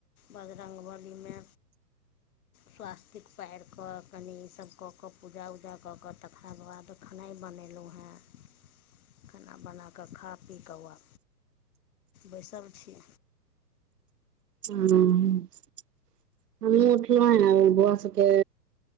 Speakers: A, on the left; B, on the right.
A: बजरङ्गबलीमे स्वास्तिक पारि कऽ कनि ईसभ कऽ कऽ पूजा उजा कऽ कऽ तकरा बाद खेनाइ बनेलहुँ हेँ खाना बना कऽ खा पी कऽ आ बैसल छी
B: ह हमहुँ उठलहु ह बौआ सबके